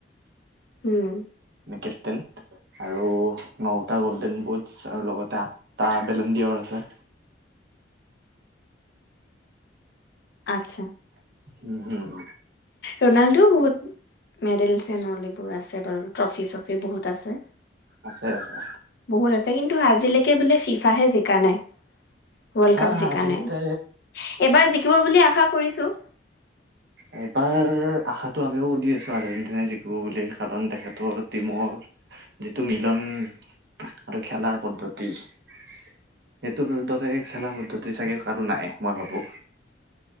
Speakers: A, on the left; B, on the right.
A: হম
B: কেপটেইন আৰু নটা গল্ডেন বুটছ আৰু লগতে আঠটা বেলণ্ড কিয়ৰ আছে
A: আতচ্ছা।
B: উম, হুম উম
A: ৰনাল্ডোও বহুত মেডেলচ এনঅল এইবোৰ আছে বাৰু ট্ৰফি- চ্ৰফি বহুত আছে।
B: আছে আছে
A: বহুত আছে কিন্তু আজিলৈকে বোলে ফিফাহে জিকা নাই। ৱৰ্ল্ড
B: হা
A: কাপ
B: হা
A: জিকা
B: আচলতে
A: নাই। এইবাৰ জিকিব বুলি আশা কৰিছো।
B: এইবাৰ আশাত টো আমিও অদি আছো আৰ্জেণ্টিনা জিকো বুলি। কাৰণ তেখেতৰ টিমৰ যিটো মিলন আৰু খেলাৰ পদ্ধতি সেইটোৰ দৰে খেলা পদ্ধতি চাগে কাৰো নাই মই ভাবো।